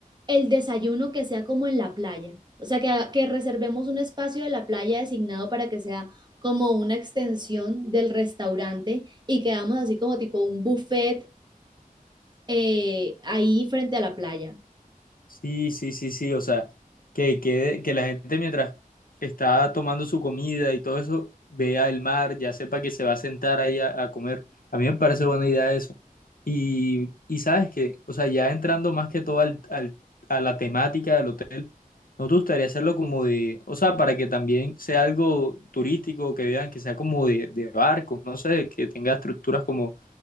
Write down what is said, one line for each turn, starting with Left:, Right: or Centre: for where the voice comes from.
Right: el desayuno que sea como en la playa. O sea, que, haga- que reservemos un espacio de la playa designado para que sea como una extensión del restaurante y que hagamos así como tipo un buffet eh, ahí frente a la playa.
Left: Sí, sí, sí, sí, o sea, que, que, que la gente mientras está tomando su comida y todo eso, vea el mar, ya sepa que se va a sentar ahí a, a comer. A mí me parece buena idea eso. Y, y sabes que, o sea, ya entrando más que todo al, al- a la temática del hotel, ¿no te gustaría hacerlo como de, o sea, para que también sea algo turístico, que vean que sea como de, de barcos, no sé, que tenga estructuras como